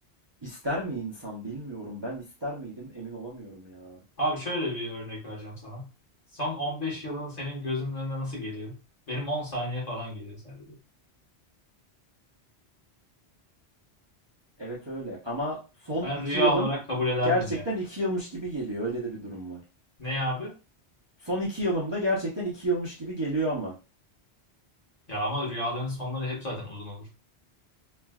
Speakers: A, on the right; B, on the left.
A: ister mi insan bilmiyorum. Ben ister miydim emin olamıyorum ya.
B: Abi şöyle bir örnek vereceğim sana. Son 15 yılın senin gözünün önüne nasıl geliyor? Benim 10 saniye falan geliyor sadece.
A: Evet öyle. Ama son
B: Ben
A: iki
B: rüya
A: yılım
B: olarak kabul ederdim
A: gerçekten
B: yani.
A: iki yılmış gibi geliyor. Öyle de bir durum var.
B: Ne abi?
A: Son iki yılımda gerçekten iki yılmış gibi geliyor ama.
B: Ya ama rüyaların sonları hep zaten uzun olur.